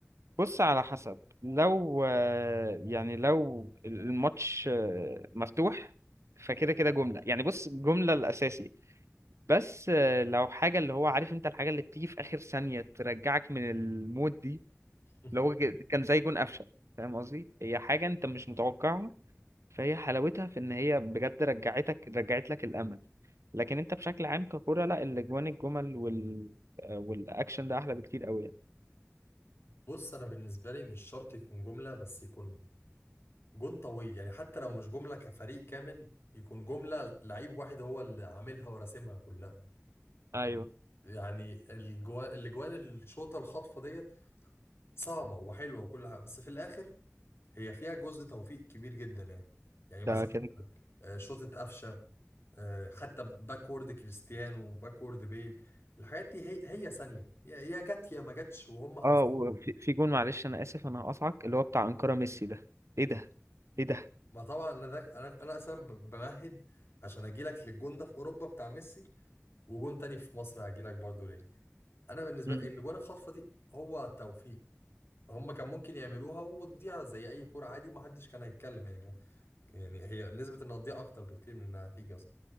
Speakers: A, on the right; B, on the left.
A: بص على حسب لو آه، يعني لو الماتش آه، مفتوح فكده كده جملة يعني بص جملة الأساسي بس آه، لو حاجة اللي هو عارف انت الحاجة اللي بتيجي في آخر ثانية ترجعك من المود دي
B: <laughs>
A: اللي هو ك- كان زي جون قفشة فاهم قصدي هي حاجة انت مش متوقعها فهي حلاوتها في ان هي بجد رجعتك رجعت لك الأمل لكن انت بشكل عام ككرة لا الاجوان الجمل وال آه، والاكشن ده احلى بكتير قوي يعني
B: بص أنا بالنسبة لي مش شرط يكون جملة بس يكون جون طويل يعني حتى لو مش جملة كفريق كامل يكون جملة لعيب واحد هو اللي عاملها وراسمها كلها
A: ايوه
B: يعني الجوان الجوان الشوطة الخاطفة ديت صعبة وحلوة وكل حاجة بس في الآخر هي فيها جزء توفيق كبير جدا يعني يعني مثلا
A: ده كان
B: آه، شوطة قفشة آه، حتى باكورد كريستيانو باكورد بيل الحاجات دي هي هي ثانية يا يا جت يا ما جتش وهم حظ
A: اه وفي في جون معلش انا اسف انا هقطعك اللي هو بتاع انكارا ميسي ده ايه ده ايه ده
B: ما طبعا انا ده انا انا اصلا ب- بمهد عشان اجي لك للجون ده في اوروبا بتاع ميسي وجون تاني في مصر هجي لك برضه ليه انا بالنسبة
A: امم
B: لي الجون الخطفة دي هو توفيق هم كان ممكن يعملوها وتضيع زي اي كرة عادي ومحدش كان هيتكلم يعني يعني هي نسبة انها تضيع اكتر بكتير من النتيجة